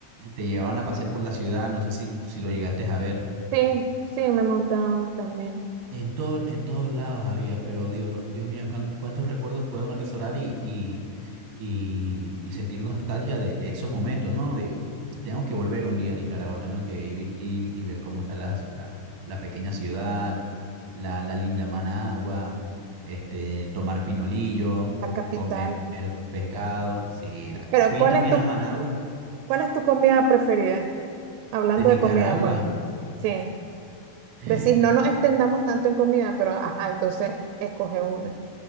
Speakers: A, on the right; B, on the right.
A: te llevaban a pasear por la ciudad, no sé si, si lo llegaste a ver.
B: sí, sí, me he montado también.
A: En todo, en todos lados había, pero Dios, Dios mío, cuán- cuántos recuerdos puede uno atesorar y, y, y, y sentir nostalgia de, de esos momentos, ¿no? Digo, tengo que volver un día a Nicaragua, tengo que ir, ir y ver cómo está la, la, la pequeña ciudad, la, la linda Managua, este, tomar pinolillo,
B: La capital.
A: comer pescado. Sí, la-
B: Pero
A: fui
B: ¿cuál
A: también
B: es tu,
A: a Managua,
B: cuál es tu comida preferida? Hablando
A: de Nicaragua.
B: de comida, pues. Sí.
A: <gasps>
B: Decís, no nos extendamos tanto en comida, pero ajá, entonces escoge una.